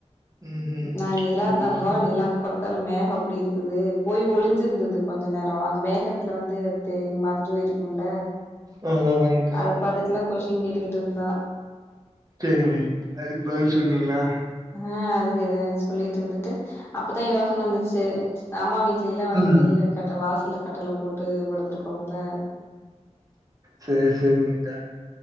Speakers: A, on the right (about 30°); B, on the left (about 20°).
A: ம்ஹ்ம்.
B: நா நிலா
A: சரி,
B: தங்கோ
A: சரி.
B: நிலாக்கு பக் துல மேகோ அப்டிருக்குது போய் ஒளிஞ்சிருந்துது கொஞ்சோ நேரோ அந்த மேகத்துல வந்து து மறைஞ்சு போய் குல
A: அதான் அதாங்கக்கா.
B: அத பாத்துட்டுல்லா கொஷ்டின் கேட்டுட்டுருந்தா
A: சேரிங்க அதுக்கு பதில் சொன்னீங்ளா
B: அ அதுக்கு சொல்லிட்டுருந்துட்டு அப்பதா யோசன வந்துச்சு அம்மா வீட் கீழ வந்து
A: ம்.
B: வெளில கட்ட வாசல்வ கட்டுல போட்டு படுத்துருப்போம்ல
A: சேரி சேரிங்க